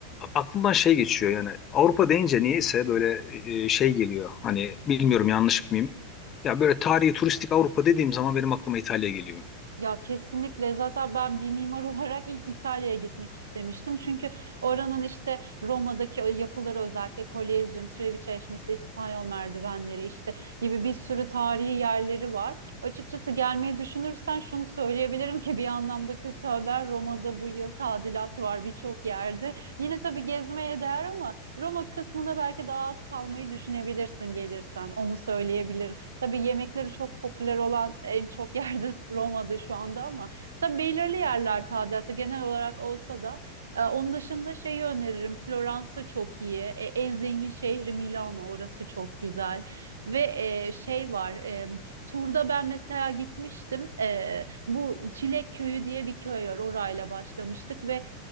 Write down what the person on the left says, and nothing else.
aklımdan şey geçiyor yani Avrupa deyince niyeyse böyle e, şey geliyor. Hani bilmiyorum yanlış mıyım? Ya böyle tarihi turistik Avrupa dediğim zaman benim aklıma İtalya geliyor.